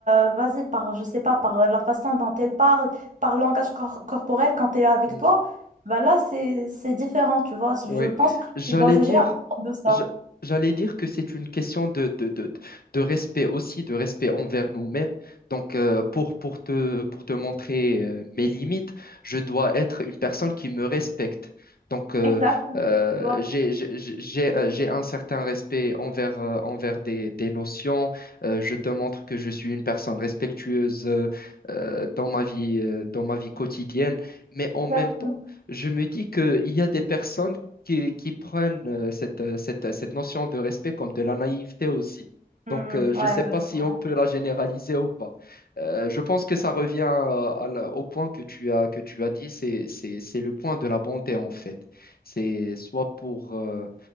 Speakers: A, on the right; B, on the left.
A: euh, vas-y, par, je sais pas, par euh, la façon dont elle parle, par langage cor- corporel quand elle est avec
B: mhm.
A: toi, bah là, c'est, c'est différent, tu vois. Je
B: Oui,
A: pense que
B: j'allais
A: tu dois juger
B: dire,
A: à propos de ça.
B: je- j'allais dire que c'est une question de, de, de, de respect aussi, de respect envers nous-mêmes. Donc, euh, pour, pour te, pour te montrer euh, mes limites, je dois être une personne qui me respecte. Donc, euh,
A: Exact.
B: euh,
A: Ouais,
B: j'ai, j'ai, j'ai, j'ai euh, j'ai un certain respect envers, euh, envers des, des notions. Euh, je te montre que je suis une personne respectueuse euh, euh, dans ma vie, euh, dans ma vie quotidienne. Mais en
A: exactement.
B: même temps, je me dis qu'il y a des personnes qui, qui prennent euh, cette, euh, cette, euh, cette notion de respect comme de la naïveté aussi.
A: Mm,
B: Donc, euh, je
A: ouais,
B: ne sais pas
A: ouais, c'est
B: si
A: vrai.
B: on peut la généraliser ou pas. Euh, je pense que ça revient à- à la- au point que tu as, que tu as dit, c'est, c'est, c'est le point de la bonté en fait. C'est soit pour, euh,